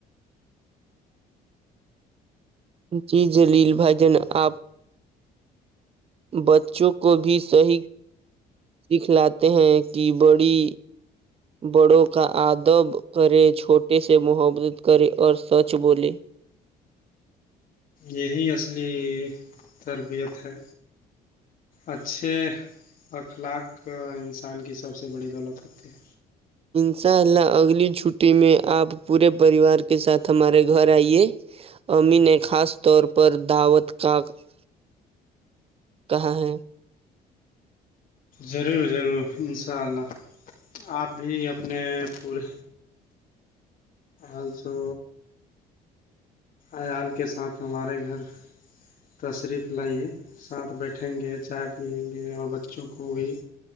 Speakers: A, on the right; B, on the left.
A: جی جلیل بھائی جن آپ بچوں کو بھی صحیح سکھ لاتے ہیں کہ بڑی بڑوں کا آدب کرے چھوٹے سے محبت کرے اور سچ بولے
B: یہی اصلی تربیت ہے اچھے اخلاق انسان کی سب سے بڑی دولت ہوتی ہے
A: انشاء اللہ اگلی چھٹی میں آپ پورے پریوار کے ساتھ ہمارے گھر آئیے امی نے خاص طور پر دعوت کا <unintelligible> کہاں ہے
B: ضرور ضرور ان شاء اللہ آپ بھی اپنے پورے آل سو عیال کے ساتھ ہمارے گھر تشریف لائیے ساتھ بیٹھیں گے چائے پیئیں گے اور بچوں کو بھی